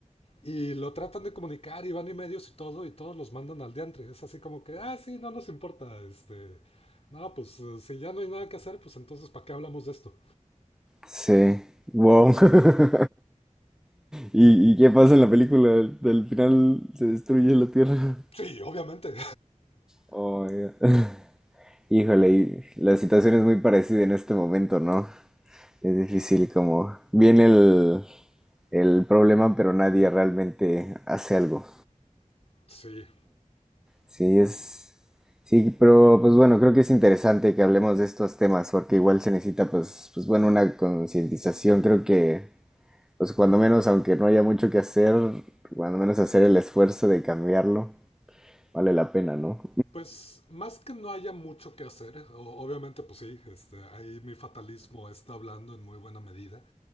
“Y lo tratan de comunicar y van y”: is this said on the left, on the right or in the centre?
Left